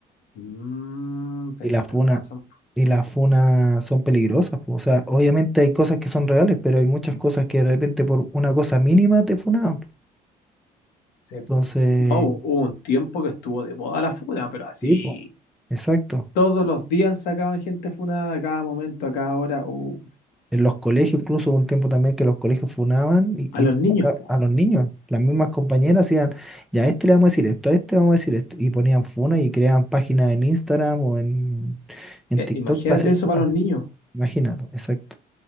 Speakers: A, on the left (about 85°); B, in the centre.
A: Mm, tenés
B: Y las
A: toda
B: funas,
A: la razón.
B: y las funas son peligrosas, po. O sea, obviamente hay cosas que son reales, pero hay muchas cosas que de repente por una cosa mínima te funaban. po.
A: Sí.
B: Entonces,
A: No, hu- hubo un tiempo que estuvo de moda la funa, pero así
B: sí, po, Exacto.
A: todos los días sacaban gente funada a cada momento, a cada hora. uh,
B: En los colegios, incluso hubo un tiempo también que los colegios funaban y,
A: a
B: y
A: los niños,
B: acá
A: po.
B: a los niños, las mismas compañeras
A: Sí.
B: hacían, ya a este le vamos a decir esto, a este vamos a decir esto, y ponían funa y creaban páginas en Instagram o en, en
A: Eh,
B: TikTok
A: imagínate
B: para hacer
A: eso
B: funa.
A: para los niños.
B: Imagínate, exacto.